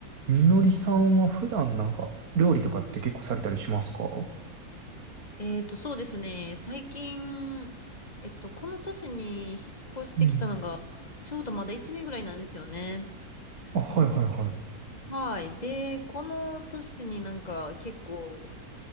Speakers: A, on the right (about 80°); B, on the left (about 30°).
A: みのりさんは普段なんか料理とかって結構されたりしますか
B: えっと、そうですね。最近、えっと、この年に引っ越してきたのが、
A: うん。
B: ちょうどまだ1年ぐらいなんですよね。
A: あ、はいはいはい。
B: で、はい。で、この年になんか結構